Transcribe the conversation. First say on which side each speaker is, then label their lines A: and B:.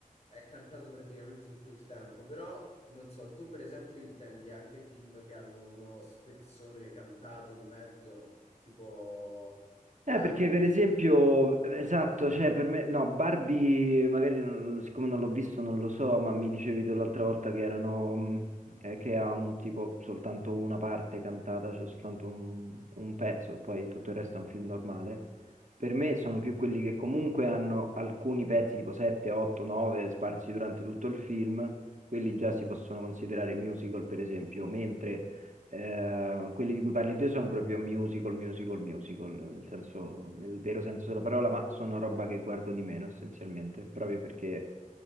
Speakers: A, on the left; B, on the right.
A: è cantato praticamente tutto il tempo, però non so, tu per esempio intendi anche film che hanno uno spezzone cantato in mezzo, tipo Barbie.
B: Eh, perché per esempio, esatto, cioè per me, no, Barbie magari non- siccome non l'ho visto non lo so, ma mi dicevi tu l'altra volta che erano, mh, eh, che ha un tipo soltanto una parte cantata, cioè soltanto un, un pezzo e poi tutto il resto è un film normale. Per me sono più quelli che comunque hanno alcuni pezzi tipo 7, 8, 9 sparsi durante tutto il film, quelli già si possono considerare musical per esempio, mentre eh, quelli di cui parli te sono proprio musical, musical, musical, nel senso, nel vero senso della parola, ma sono roba che guardo di meno essenzialmente, proprio perché